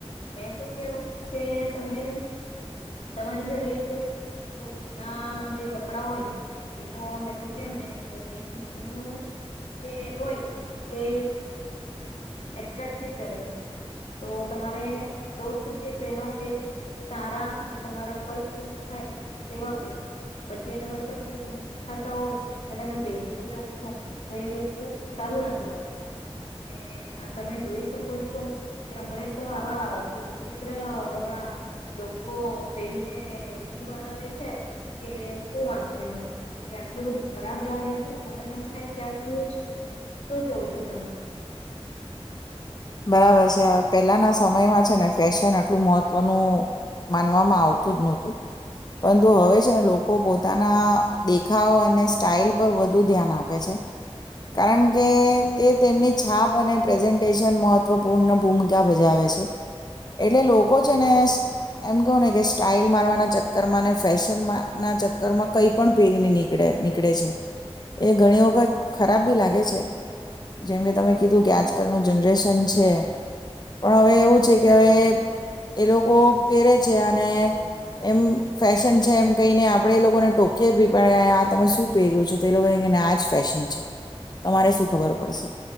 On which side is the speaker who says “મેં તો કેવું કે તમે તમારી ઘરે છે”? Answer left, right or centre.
Left